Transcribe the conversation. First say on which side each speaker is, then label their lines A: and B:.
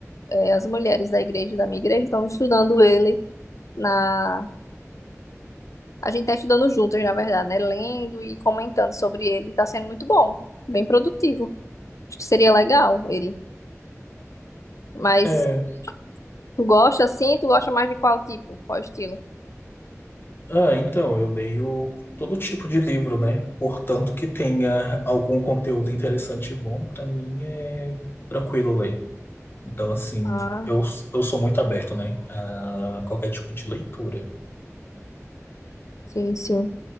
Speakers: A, on the left (about 70°); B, on the left (about 45°).
A: é, as mulheres da igreja, da minha igreja, estão estudando ele na A gente tá estudando juntas, na verdade, né? Lendo e comentando sobre ele. Tá sendo muito bom, bem produtivo. Acho que seria legal ele. Mas
B: É,
A: tu gosta assim? Tu gosta mais de qual tipo? Qual estilo?
B: Ah, então, eu leio todo tipo de livro, né? Portanto, que tenha algum conteúdo interessante e bom, pra mim é tranquilo ler. Então, assim,
A: Ah,
B: eu, eu sou muito aberto, né? A qualquer tipo de leitura.
A: sim, sim.